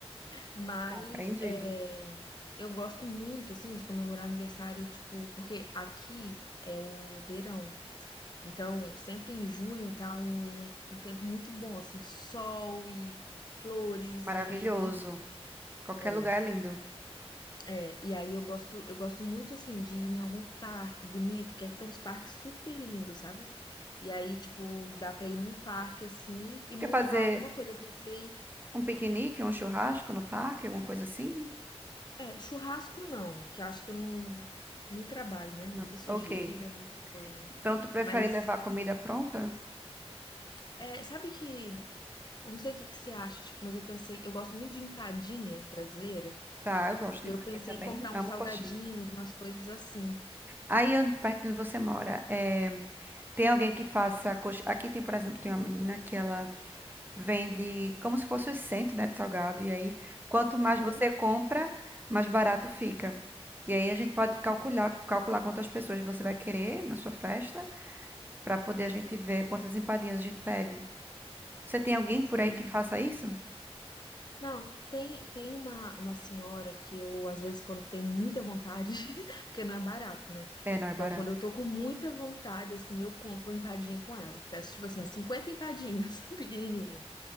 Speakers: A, on the left (about 40°); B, on the right (about 20°).
A: Mas
B: Compreendido.
A: é, eu gosto muito, assim, de comemorar aniversário, tipo, porque aqui é o verão. Então, sempre em junho tá um, um tempo muito bom, assim, sol e flores
B: Maravilhoso.
A: e, enfim.
B: Qualquer
A: É,
B: lugar é lindo.
A: é, e aí eu gosto, eu gosto muito, assim, de ir em algum parque bonito, que aqui tem uns parques super lindos, sabe? E aí, tipo, dá pra ir num parque, assim, e montar
B: Quer fazer
A: alguma coisa. Eu pensei
B: um piquenique, um churrasco no parque, alguma coisa assim?
A: É, churrasco não, que eu acho que eu não. Muito trabalho, né? Muita
B: Não-
A: sujeira,
B: ok.
A: muita coisa.
B: Então, tu prefere
A: Mas,
B: levar comida pronta?
A: é, sabe que. eu Não sei o que que você acha, tipo, mas eu pensei. Eu gosto muito de empadinha brasileira.
B: Tá, eu gosto
A: E
B: de
A: eu
B: painha
A: pensei
B: também.
A: em comprar uns
B: Amo
A: salgadinhos,
B: coxinha.
A: umas coisas assim.
B: Aí, onde- perto de onde você mora, eh, tem alguém que faça coxa... Aqui tem, por exemplo, tem uma menina que ela vende como se fosse o cento, né, de salgado. E aí, quanto mais
A: Uhum,
B: você compra, mais barato fica. E aí a gente pode calcular, calcular quantas pessoas você vai querer na sua festa, para poder a gente ver quantas empadinhas a gente pede. Você tem alguém por
A: sim.
B: aí que faça isso?
A: Não, tem, tem uma, uma senhora que eu, às vezes, quando tem muita vontade, <laughs> porque não é barato, né?
B: É, não é
A: Então,
B: barato.
A: quando eu tô com muita vontade, assim, eu compro empadinha com ela. Peço, tipo assim, é 50 empadinhas <laughs> pequenininhas.